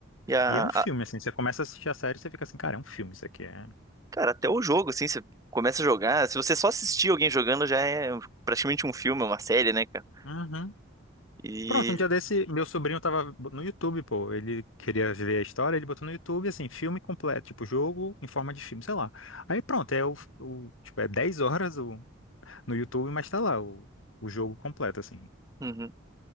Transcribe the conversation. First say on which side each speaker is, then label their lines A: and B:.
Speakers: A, on the right; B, on the left.
A: E a,
B: E é um filme,
A: a-
B: assim. Você começa a assistir a série e você fica assim, cara, é um filme isso aqui. É.
A: Cara, até o jogo, assim, você começa a jogar. Se você só assistir alguém jogando, já é praticamente um filme, uma série, né, cara?
B: Uhum.
A: E.
B: Pronto, um dia desse, meu sobrinho tava no YouTube, pô. Ele queria ver a história, ele botou no YouTube, assim, filme completo, tipo, jogo em forma de filme, sei lá. Aí pronto, é o, o- tipo, é 10 horas o, no YouTube, mas tá lá o, o jogo completo, assim.
A: uhum.